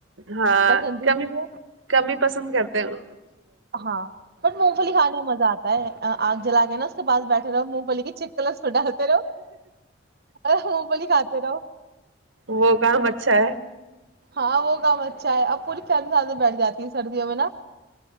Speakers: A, on the right; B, on the right.
A: ہاں
B: پسند
A: کم
B: نہیں
A: ہی
B: ہے
A: کمی پسند کرتا تو
B: ہاں بٹ مونگ پلی کھانے میں مزہ آتا ہے آگ جلا گیا نا اس بھٹھے رہے ہو مونگ پلی کی چک کلر ڈالتے رہو اور مونگپولی کھاتے رہو
A: وہ کام اچھا ہے
B: ہاں وہ کام اچھا ہے اب پوری چن سان میں بیٹھ جاتی ہے سردیوں میں نا